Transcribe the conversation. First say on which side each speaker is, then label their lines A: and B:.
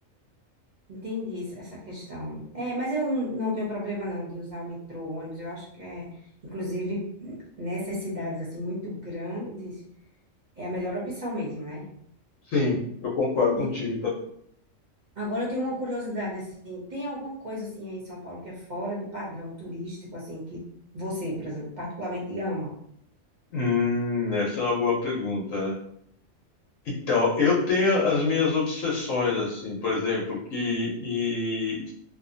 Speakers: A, on the right; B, on the left.
A: entendi essa essa questão. É, mas eu não, não tenho problema não de usar o metrô, o ônibus. Eu acho que é, inclusive, n- nessas cidades assim muito grandes, é a melhor opção mesmo, né?
B: Sim, Eu concordo
A: E
B: contigo. Tá?
A: Agora eu tenho uma curiosidade assim, tem alguma coisa assim aí em São Paulo que é fora do padrão turístico assim que você, por exemplo, particularmente ama?
B: Hum, essa é uma boa pergunta, né? Então, eu tenho as minhas obsessões, assim, por exemplo, que, e,